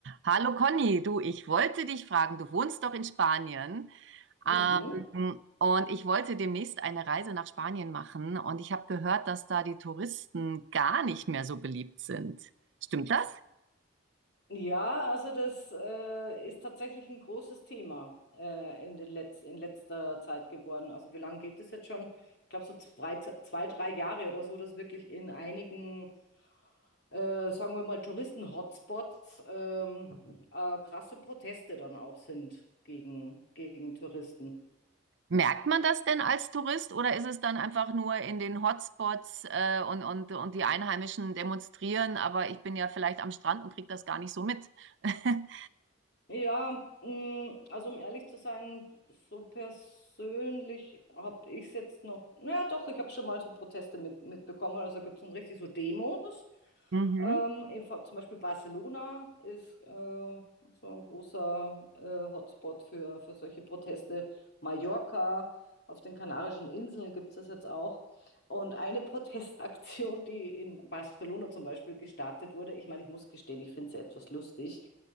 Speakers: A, on the right; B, on the left.
A: Hallo Conny, du, ich wollte dich fragen, du wohnst doch in Spanien,
B: Mhm.
A: ähm, und ich wollte demnächst eine Reise nach Spanien machen und ich habe gehört, dass da die Touristen gar nicht mehr so beliebt sind. Stimmt das?
B: Ja, also das äh, ist tatsächlich ein großes Thema äh, in den Letz in letzter Zeit geworden. Also wie lange geht es jetzt schon? Ich glaube so zwei, zwei, drei Jahre oder so, dass wirklich in einigen, äh, sagen wir mal, Touristen-Hotspots ähm, äh, krasse Proteste dann auch sind gegen, gegen Touristen.
A: Merkt man das denn als Tourist oder ist es dann einfach nur in den Hotspots, äh, und, und, und die Einheimischen demonstrieren, aber ich bin ja vielleicht am Strand und kriege das gar nicht so mit? <laughs>
B: Ja, mh, also um ehrlich zu sein, so persönlich habe ich es jetzt noch, naja doch, ich habe schon mal so Proteste mit, mitbekommen, also gibt es dann richtig so Demos.
A: Mhm,
B: Ähm, in, Fa- zum Beispiel Barcelona ist äh, so ein großer äh, Hotspot für, für solche Proteste. Mallorca, auf den Kanarischen Inseln gibt es das jetzt auch. Und eine <laughs> Protestaktion, die in Barcelona zum Beispiel gestartet wurde, ich meine, ich muss gestehen, ich finde sie etwas lustig.